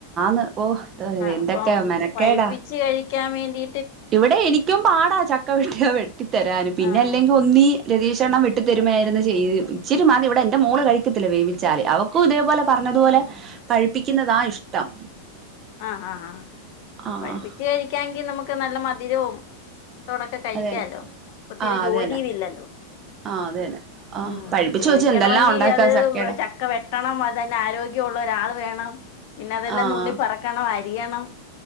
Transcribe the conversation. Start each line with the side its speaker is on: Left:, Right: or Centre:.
Right: ആന്ന് ഓ എന്തൊക്കെ
Left: അപ്പോ
Right: മെനക്കേടാ
Left: പഴുപ്പിച്ച് കഴി ക്കാൻ വേണ്ടീ
Right: ഇവിടെ എനിക്കും പാടാ ചക്ക വെട്ടിയാ വെട്ടിത്തരാന് പിന്നെ
Left: ആഹ്
Right: അല്ലെങ്കിൽ ഒന്നി രതീഷ് അണ്ണൻ വെട്ടി തരുമയായിരുന്നു ചെയ്ത് ഇച്ചിരി മതി ഇവിടെ എന്റെ മോള് കഴിക്കത്തില്ല വേവിച്ചാല് അവക്കും ഇതേപോലെ പറ ഞ്ഞത് പോലെ പഴുപ്പിക്കുന്നതാ ഇഷ്ടം
Left: ആഹ് ആഹ് ആഹ്
Right: ആഹ്
Left: പഴിപ്പിച്ച് കഴിക്കാങ്കിൽ നമുക്ക് നല്ല മധുരവും തോടൊക്കെ കഴിക്കാലോ
Right: അതന്നെ
Left: ഒത്തിരി
Right: ആഹ്
Left: ജോലിയും
Right: അതന്നെ
Left: ഇല്ലല്ലോ
Right: ആഹ് അതന്നെ ആഹ്
Left: ഉം
Right: പഴിപ്പിച്ചു
Left: വേവിക്കണമെങ്കിൽ
Right: വെച്ച് എന്തെല്ലാം ഉണ്ടാക്കാ
Left: അത്
Right: ചക്കേടെ
Left: ചക്ക വെട്ടണം അത് തന്നെ ആരോഗ്യവും ഉള്ള ഒരാള് വേണം പിന്നെ അതെല്ലാം
Right: ആഹ്
Left: നുള്ളി പെറക്കണം അരിയണം